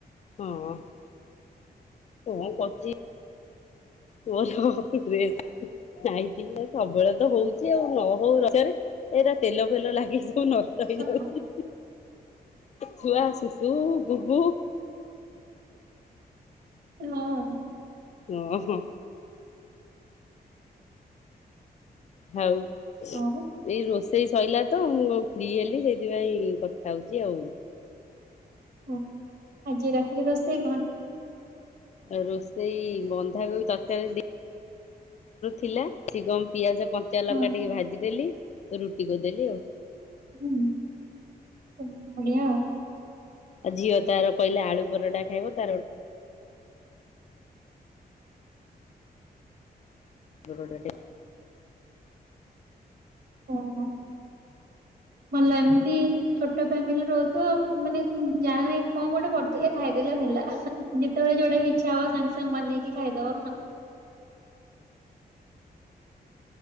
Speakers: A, on the left; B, on the right.
A: ହଁ କଣ କରଚି ମୋର ଡ୍ରେସ୍ ନାଇଟି ସବୁବେଳେ ତ ହଉଚି ଆଉ, ନ ହଉ ରଜରେ। ଏଇଟା ତେଲ ଫେଲ ଲାଗି ସିବୁ ନଷ୍ଟ ହେଇଯାଉଚି।
B: ହଁ
A: ଛୁଆ ଶୁଶୁ ଗୁଗୁ
B: ହଁ।
A: ଓହୋ। ହୋଉ। ଏଇ
B: ହଉ।
A: ରୋଷେଇ ସରିଲା ତ ମୁଁ ଫ୍ରି ହେଲି ସେଇଥିପାଇଁ କଥା ହୋଉଚି ଆଉ।
B: ଓ ଆଜି ରାତିରେ ରୋଷେଇ କଣ?
A: ଆଉ ରୋଷେଇ ବନ୍ଧାକୋବି ତରକାରୀ ଥିଲା ସିଏ କଣ ପିଆଜ କଞ୍ଚାଲଙ୍କା
B: ହଁ
A: ଟିକେ ଭାଜିଦେଲି ତ ରୁଟି କରିଦେଲି ଆଉ।
B: ହୁଁ ତ ବଢିଆ ଆଉ।
A: ଆଉ ଝିଅ ତାର କହିଲା ଆଳୁ ପରଟା ଖାଇବ ତାର ଗୋ ପରଟା ଟେ
B: ଓହୋ ମାନେ ଏମିତି ଛୋଟ ଫ୍ୟାମିଲି ରହୁଥିବ ମାନେ ଯାହାବି କଣ ଗୋଟେ କରିଦେଲେ ଖାଇଦେଲେ ହେଲା। ଯେତେବେଳେ ଯୋଉଟା ବି ଇଚ୍ଛା ହବ ସାଙ୍ଗ ସାଙ୍ଗ ବନେଇକି ଖାଇଦବ।